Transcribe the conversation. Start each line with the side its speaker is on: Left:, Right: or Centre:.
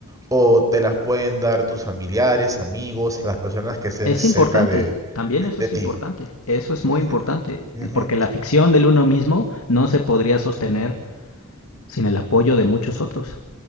Right: o te las pueden dar tus familiares, amigos, las personas que estén
Left: Es
Right: cerca
Left: importante,
Right: de,
Left: también eso
Right: de
Left: es
Right: ti.
Left: importante, eso es
Right: Ujú,
Left: muy importante,
Right: ujú.
Left: porque la ficción del uno mismo no se podría sostener sin el apoyo de muchos otros.